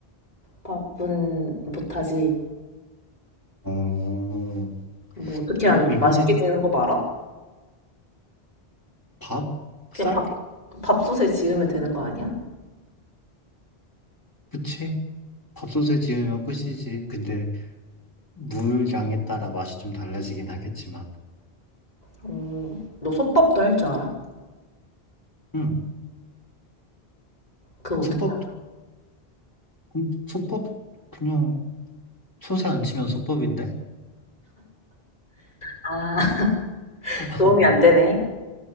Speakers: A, on the left; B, on the left.
A: 밥은 못하지.
B: 어,
A: 뭐 어떻게 하는데
B: 너 이번에
A: 맛있게 짓는 법 알아?
B: 밥?
A: 그냥
B: 쌀?
A: 밥, 밥솥에 지으면 되는 거 아니야?
B: 그치? 밥솥에 지으면 끝이지. 근데 물 양에 따라 맛이 좀 달라지긴 하겠지만.
A: 어, 너 솥밥도 할 줄 알아?
B: 응.
A: 그거 어떻게
B: 솥밥,
A: 알아?
B: 음, 솥밥, 그냥 솥에 안 치면 솥밥인데?
A: 아, <laughs>
B: <laughs>
A: 도움이 안 되네.